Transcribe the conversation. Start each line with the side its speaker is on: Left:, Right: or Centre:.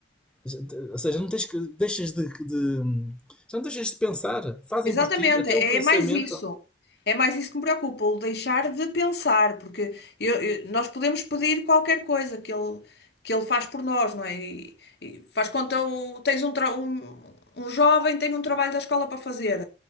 Centre: de- ou seja, não tens que, deixas de, de já não deixas de pensar, fazem
Left: Exatamente,
Centre: por ti, até
Left: é
Centre: o pensamento,
Left: é mais isso. É mais isso que me preocupa, o deixar de pensar, porque eu- eu- nós podemos pedir qualquer coisa que ele, que ele faz por nós, não é? E, e faz conta, o- tens um, tra- um, um jovem tem um trabalho da escola para fazer,